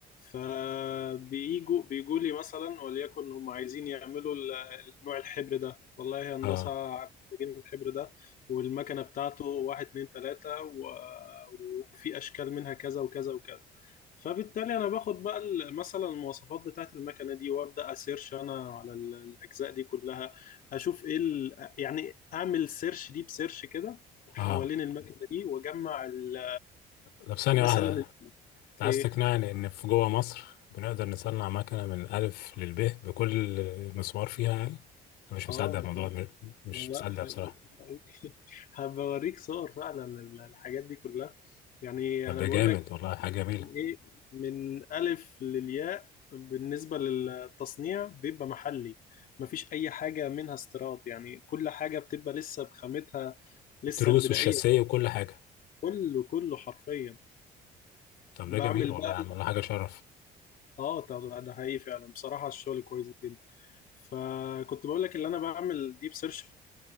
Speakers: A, on the left; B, on the left.
A: فبييجوا بيجوا لي مثلا وليكن هم عايزين يعملوا ال- نوع الحبر ده والله يا هندسه
B: اه
A: محتاجين الحبر ده والمكنه بتاعته واحد اتنين تلاته و- وفي اشكال منها كذا وكذا وكذا فبالتالي انا باخد بقى ال- مثلا المواصفات بتاعه المكنه دي وابدا اسيرش انا على ال- الاجزاء دي كلها اشوف ايه ال... يعني اعمل سيرش دي بسيرش كده حوالين
B: اه
A: المكنه دي واجمع ال...
B: طب ثانية
A: مثلا
B: واحدة
A: ال-
B: انت عايز
A: ايه
B: تقنعني ان في جوه مصر بنقدر نصنع مكنة من الف للب بكل مسمار فيها يعني انا مش مصدق
A: اه
B: الموضوع
A: ده حقيقي
B: م- مش
A: لا
B: مصدق
A: حقيقي
B: بصراحة
A: حقيقي <laughs> هبوريك صور فعلا ال- الحاجات دي كلها يعني
B: طب
A: انا
B: ده
A: بقول
B: جامد
A: لك
B: والله حاجة جميلة
A: من ايه من الف للياء بالنسبه للتصنيع بيبقى محلي مفيش اي حاجه منها استيراد يعني كل حاجه بتبقى لسه بخامتها لسه
B: التروس
A: البدائيه
B: والشاسية وكل حاجة
A: كله كله حرفيا
B: طب
A: بعمل
B: ده جميل والله
A: بقى
B: يا عم والله حاجة شرف
A: اه ده ده حقيقي فعلا بصراحه الشغل كويس جدا فكنت بقول لك اللي انا بعمل ديب سيرش